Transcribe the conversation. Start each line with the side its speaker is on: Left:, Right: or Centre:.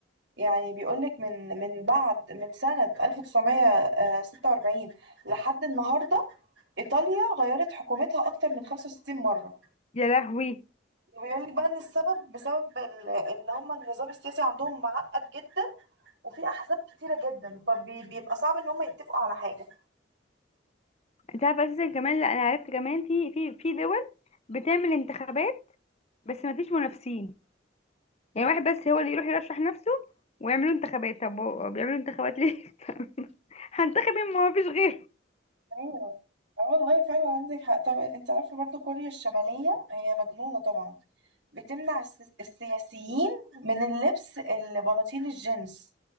Right: يعني بيقولك من من بعد من سنة 1946 لحد النهاردة ايطاليا غيرت حكومتها اكتر من 65 مرة
Left: يا لهوي
Right: وبيقولك بقى ان السبب بسبب ال- ان هم النظام السياسي عندهم معقد جدا وفي احزاب كتيرة جدا فبيبقى صعب ان هم يتفقوا على حاجة
Left: انت عارفه اساسا كمان لا انا عرفت كمان في في في دول بتعمل انتخابات بس ما فيش منافسين يعني واحد بس هو اللي يروح يرشح نفسه ويعملوا انتخابات طب هو بيعملوا انتخابات ليه <laughs> هنتخب مين؟ ما هو فيش غيره
Right: ايوه اه والله فعلا عندك حق طب انت عارفه برضه كوريا الشماليه هي مجنونه طبعا بتمنع الس- السياسيين من اللبس البناطيل الجينز